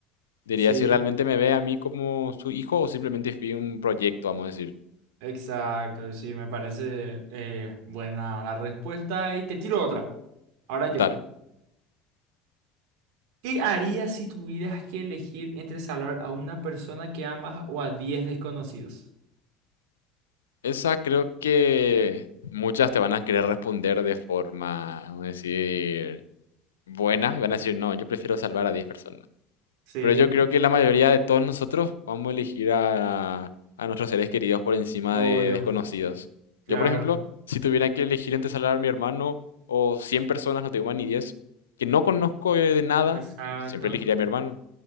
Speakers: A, on the left; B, on the right.
A: diría
B: sí,
A: si realmente me ve a mí como su hijo o simplemente fui un proyecto, vamos a decir.
B: exacto. Sí, me parece eh, buena la respuesta. Y te tiro otra. Ahora
A: Dale.
B: yo. ¿Qué harías si tuvieras que elegir entre salvar a una persona que amas o a 10 desconocidos?
A: Esa creo que muchas te van a querer responder de forma, vamos a decir, buena. Y van a decir, no, yo prefiero salvar a 10 personas.
B: Sí.
A: Pero yo creo que la mayoría de todos nosotros vamos a elegir a, a nuestros seres queridos por encima
B: Obvio,
A: de desconocidos.
B: claro,
A: Yo, por ejemplo, si tuviera que elegir entre salvar a mi hermano o 100 personas, no tengo ni 10 que no conozco eh, de nada,
B: exacto.
A: eh, siempre elegiría a mi hermano.